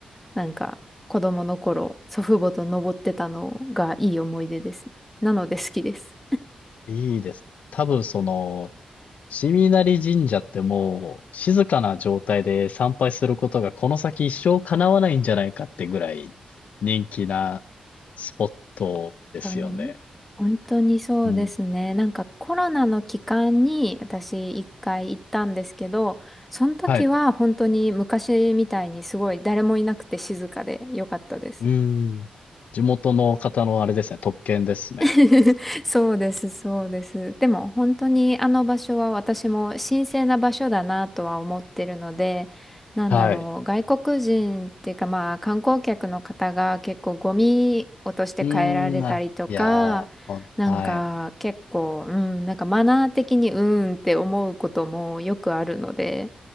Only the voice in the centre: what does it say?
なんか、子供の頃、祖父母と登ってたのがいい思い出ですね。なので好きです。
当に、本当にそうですね。
なんかコロナの期間に私一回行ったんですけど、その時は本当に昔みたいにすごい誰もいなくて静かで良かったです。
<laughs> そうです、そうです。でも本当にあの場所は私も神聖な場所だなとは思ってるので、なんだろう、
外国人っていうかまあ観光客の方が結構ゴミ落として帰られたりとか、
なんか結構、うん、なんかマナー的にうーんって思うこともよくあるので、